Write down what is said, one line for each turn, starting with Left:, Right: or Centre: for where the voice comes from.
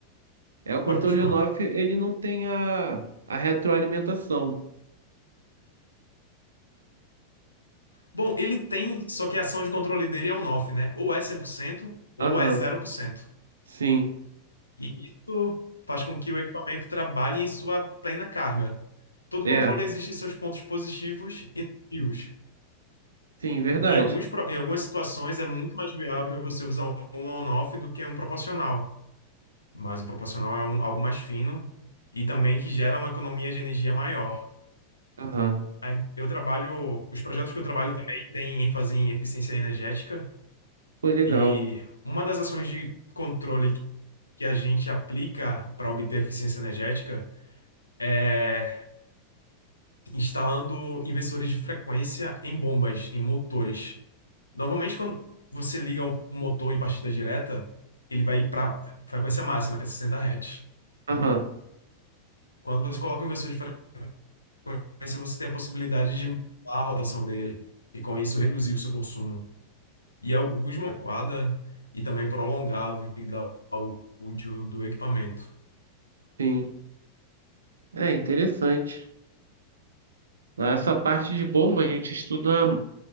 Right: é o controle
Left: pode continuar.
Right: on-off, ele não tem a, a retroalimentação.
Left: Bom, ele tem, só que a ação de controle dele é on-off, né? Ou é 100%, ou
Right: Aham,
Left: é zero por cento.
Right: sim.
Left: E isso faz com que o equipamento trabalhe em sua plena carga. Todo
Right: É,
Left: controle existe seus pontos positivos e negativos.
Right: sim, verdade.
Left: Em alguns, pro- em algumas situações é muito mais viável você usar um on-off do que um proporcional. Mas um proporcional é um- algo mais fino e também que gera uma economia de energia maior.
Right: Aham,
Left: Aí Eu trabalho, os projetos que eu trabalho também têm ênfase em eficiência energética.
Right: foi legal.
Left: E uma das ações de controle que que a gente aplica para obter eficiência energética é instalando inversores de frequência em bombas, em motores. Normalmente, quando você liga um motor em partida direta, ele vai para frequência máxima, que é 60 Hz.
Right: Aham,
Left: Quando você coloca um inversor de frequência, você tem a possibilidade de mudar a rotação dele e, com isso, reduzir o seu consumo. E é alguns momentos adequada e também prolongar a vida útil do equipamento.
Right: sim. É interessante. Né? Essa parte de bomba a gente estuda